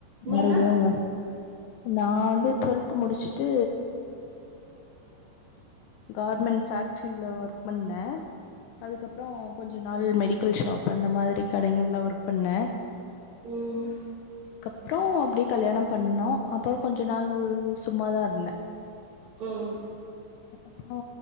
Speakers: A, on the left; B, on the right.
A: மறுபடியு
B: நீங்க
A: அவுங்க நா வந்து டு்வெல்த் முடிச்சுட்டு கார்மெண்ட் ஃபேக்ட்ரி ஒர்க் பண்ணே அதுக்கப்றோ கொஞ்ச நாள் மெடிக்கல் ஷாப் அந்த மாதிரி கடைகள்ல ஒர்க் பண்ணே
B: உம்
A: அப்றோ அப்டியே கல்யாணம் பண்ணோ அப்றோ கொஞ்ச நாள் சும்மாதா இருந்தே
B: உம்
A: அப்றோ